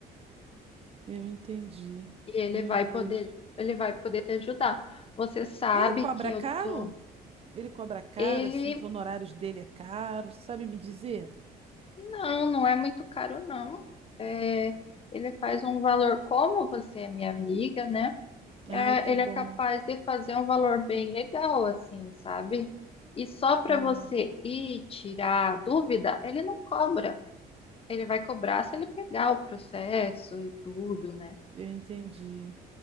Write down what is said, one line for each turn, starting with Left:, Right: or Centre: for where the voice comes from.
Right: eu entendi.
Left: e ele
Right: Meu
Left: vai poder,
Right: Deus.
Left: ele vai poder te ajudar. Você sabe
Right: Ele cobra
Left: que eu
Right: caro?
Left: tô.
Right: Ele cobra caro,
Left: Ele
Right: se os honorários dele é caro, sabe me dizer?
Left: não, não é muito caro, não. É, ele faz um valor, como você é minha amiga, né? É,
Right: Ai, que
Left: ele
Right: bom.
Left: é capaz de fazer um valor bem legal, assim, sabe? E só para
Right: Ai,
Left: você ir tirar a dúvida, ele não cobra. Ele vai cobrar se ele pegar o processo e tudo, né?
Right: eu entendi.